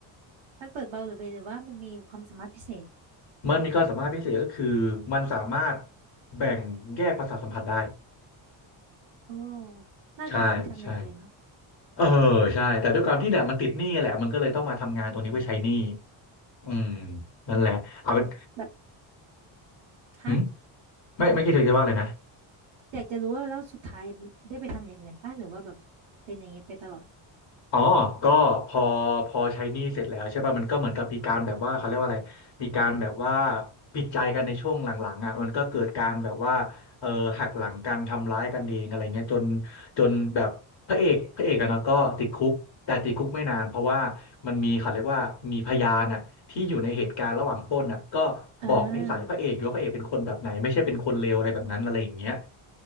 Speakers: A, on the right; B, on the left.
A: มันเปิดเบาหรือไปหรือว่ามันมีความสามารถพิเศษ
B: มันมีความสามารถพิเศษก็คือมันสามารถแบ่งแยกประสาทสัมผัสได้
A: โอ้น่าจะเอาไปทำอย่างอื่นเนาะ
B: ใช่ใช่เออใช่แต่ด้วยความที่เนี่ยมันติดหนี้แหละมันก็เลยต้องมาทำงานตรงนี้เพื่อใช้หนี้
A: อืมอืม
B: อืมนั่นแหละเอาเป็น
A: ขอแบบฮะ
B: หืมไม่ไม่คิดถึงจะว่าเลยนะ
A: อยากจะรู้ว่าแล้วสุดท้ายมันได้ไปทำอย่างอื่นป่ะหรือว่าแบบเป็นอย่างนี้ไปตลอด
B: อ๋อก็พอพอใช้หนี้เสร็จแล้วใช่ป่ะมันก็เหมือนกับมีการแบบว่าเขาเรียกว่าอะไรมีการแบบว่าผิดใจกันในช่วงหลังๆอ่ะมันก็เกิดการแบบว่าเออหักหลังกันทำร้ายกันเองอะไรเงี้ยจนจนแบบพระเอกพระเอกอะเนาะก็ติดคุกแต่ติดคุกไม่นานเพราะว่ามันมีเขาเรียกว่ามีพยานอ่ะที่อยู่ในเหตุการณ์ระหว่างปล้นอ่ะก็บอกนิสัยพระเอกอยู่ว่าพระเอกเป็นคนแบบไหนไม่ใช่เป็นคนเลวอะไรแบบนั้นอะไรอย่างเงี้ย
A: อ่า